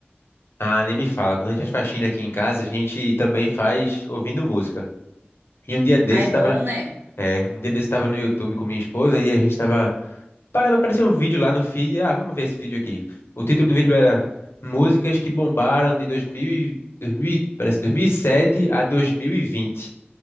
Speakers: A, on the left (about 70°); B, on the right (about 65°).
A: Ah, nem me fala. Quando a gente faz faxina aqui em casa, a gente também faz ouvindo música. E um dia desse
B: Ah, é bom,
A: tava.
B: né?
A: É, um dia desse tava no YouTube com minha esposa e a gente tava. para aparecer um vídeo lá no feed. Ah, vamos ver esse vídeo aqui. O título do vídeo era Músicas que bombaram de 2000, e- 2000, e- parece 2007 a 2020.